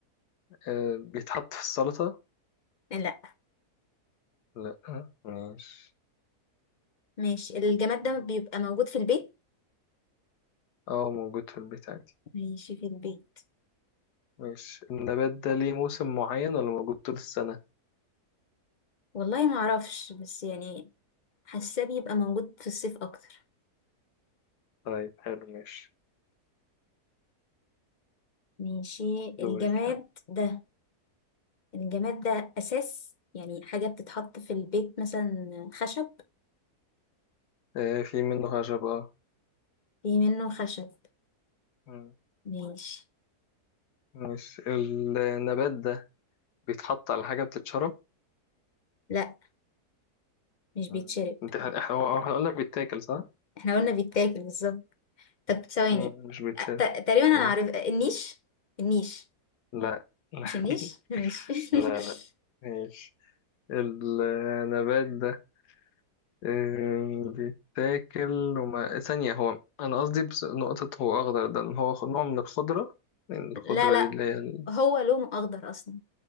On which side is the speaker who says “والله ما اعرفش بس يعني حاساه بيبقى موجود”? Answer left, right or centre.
Left